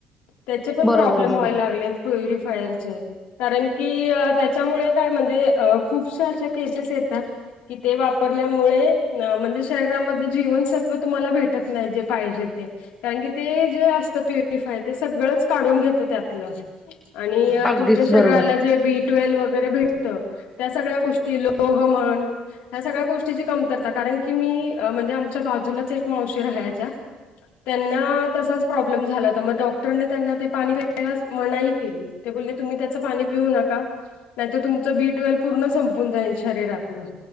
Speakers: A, on the left; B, in the centre.
A: त्याचे पण
B: बरोबर
A: प्रॉब्लेम
B: बरोबर
A: व्हायला लागलेत. प्युफायरचे कारण की त्याच्यामुळे काय म्हणजे खूपशा अशा पेजेस येतात कि ते वापरल्यामुळे म्हणजे शरीरामधले जीवन स त्व तुम्हाला भेटत नाही जे पाहिजे ते. कारण की ते जे असतं प्युरिफाय ते सगळंच काढून घेत त्यातलं. आणि
B: अगदीच
A: तुमच्या
B: बरोबर
A: शरीराला जे बी ट्वेल्व वगैरे भेटत. त्या सगळ्या गोष्टी लोह म्हन ह्या सगळ्या गोष्टीची कमतरता कारण की मी म्हणजे आमच्या बाजूलाच एक मावशी राहायच्या त्यांना तसाच प्रॉब्लेम झाला होता मग डॉक्टरना ते पाणी पियला मनाई केली ते बोलले तुम्ही त्याच पाणी पिऊ नका. नाहीत तुमचं बी ट्वेल् पूर्ण संपून जाईल शरीरातलं.